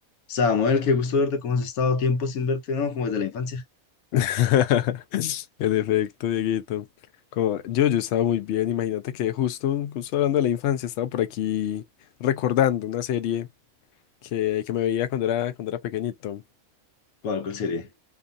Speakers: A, on the left; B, on the left.
A: Samuel, qué gusto verte, ¿cómo has estado? Tiempo sin verte, ¿no? Como desde la infancia.
B: <laughs> En efecto, Dieguito. Como, yo, yo estaba muy bien. Imagínate que justo, justo hablando de la infancia, estaba por aquí recordando una serie que, que me veía cuando era, cuando era pequeñito.
A: ¿Cuál, cuál serie?